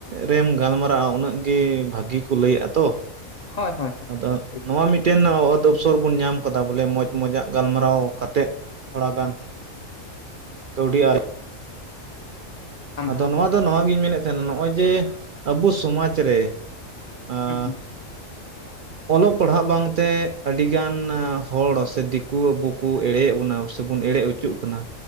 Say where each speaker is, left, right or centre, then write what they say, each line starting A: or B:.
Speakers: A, on the right (about 65°); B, on the left (about 40°).
A: ᱨᱮᱢ ᱜᱟᱞᱢᱟᱨᱟᱜᱼᱟ, ᱩᱱᱟᱹᱜ ᱜᱮ ᱵᱷᱟᱹᱜᱤ ᱠᱚ ᱞᱟᱹᱭᱟᱼᱟᱜ ᱛᱚ᱾
B: ᱦᱳᱭ - ᱦᱳᱭ -ᱦᱳᱭ
A: ᱟᱫᱚ
B: ᱴᱷᱤᱠ
A: ᱱᱚᱣᱟ ᱢᱤᱫᱴᱮᱱ ᱚᱛ ᱚᱯᱥᱚᱨ ᱵᱚᱱ ᱧᱟᱢ ᱠᱟᱫᱟ, ᱵᱚᱞᱮ ᱢᱚᱸᱡᱽ ᱢᱚᱸᱡᱽᱟᱜ ᱜᱟᱞᱢᱟᱨᱟᱣ ᱠᱟᱛᱮᱫ ᱛᱷᱚᱲᱟ ᱜᱟᱱ ᱠᱟᱹᱣᱰᱤ ᱟᱭ
B: ᱠᱟᱱᱛᱷᱟ
A: ᱟᱫᱚ ᱱᱚᱣᱟ ᱫᱚ ᱱᱚᱣᱟᱜᱤᱧ ᱢᱮᱱᱮᱫ ᱛᱟᱦᱮᱱᱟ᱾ ᱱᱚᱜᱼᱚᱭ ᱡᱮ ᱟᱵᱚ ᱥᱚᱢᱟᱡᱽ ᱨᱮ ᱟᱸ
B: ᱦᱩᱸ ᱦᱩᱸ
A: ᱚᱞᱚᱜ ᱯᱟᱲᱦᱟᱜ ᱵᱟᱝᱛᱮ ᱟᱹᱰᱤ ᱜᱟᱱ ᱦᱚᱲ ᱥᱮ ᱫᱤᱠᱩ ᱟᱵᱚ ᱠᱚ ᱮᱲᱮᱭᱮᱫ ᱵᱚᱱᱟ ᱥᱮᱵᱚᱱ ᱮᱲᱮ ᱦᱚᱪᱚ ᱪᱩᱜ ᱠᱟᱱᱟ,